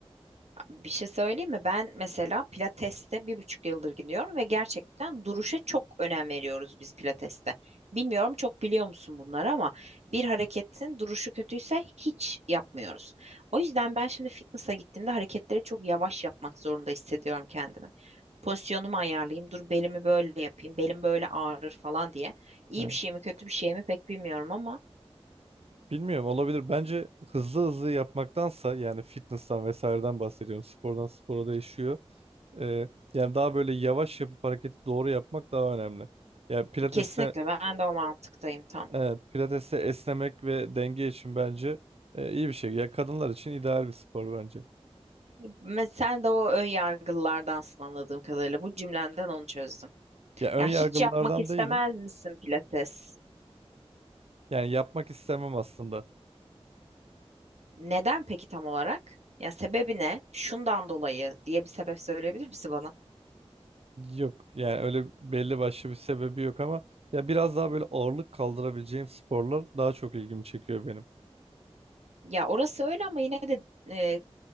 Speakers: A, on the right; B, on the right.
A: Bir şey söyleyeyim mi? Ben mesela Pilates'te bir buçuk yıldır gidiyorum ve gerçekten duruşa çok önem veriyoruz biz Pilates'te. Bilmiyorum çok biliyor musun bunları ama bir hareketin duruşu kötüyse hiç yapmıyoruz. O yüzden ben şimdi fitness'a gittiğimde hareketleri çok yavaş yapmak zorunda hissediyorum kendimi. Pozisyonumu ayarlayayım, dur belimi böyle yapayım, belim böyle ağrır falan diye. İyi
B: Evet.
A: bir şey mi kötü bir şey mi pek bilmiyorum ama
B: Bilmiyorum olabilir. Bence hızlı hızlı yapmaktansa yani fitness'tan vesaireden bahsediyorum. Spordan spora değişiyor. Ee, yani daha böyle yavaş yapıp hareketi doğru yapmak daha önemli. Yani pilates'te
A: kesinlikle ben de o mantıktayım tam.
B: evet, pilates'te esnemek ve denge için bence e, iyi bir şey. Ya kadınlar için ideal bir spor bence.
A: Mesela sen de o ön yargılardansın anladığım kadarıyla. Bu cümlenden onu çözdüm.
B: Ya ön
A: Ya
B: yargılılardan
A: hiç yapmak istemez
B: değilim.
A: misin pilates?
B: Yani yapmak istemem aslında.
A: Neden peki tam olarak? Ya sebebi ne? Şundan dolayı diye bir sebep söyleyebilir misin bana?
B: Yok yani öyle belli başlı bir sebebi yok ama ya biraz daha böyle ağırlık kaldırabileceğim sporlar daha çok ilgimi çekiyor benim.
A: Ya orası öyle ama yine de e,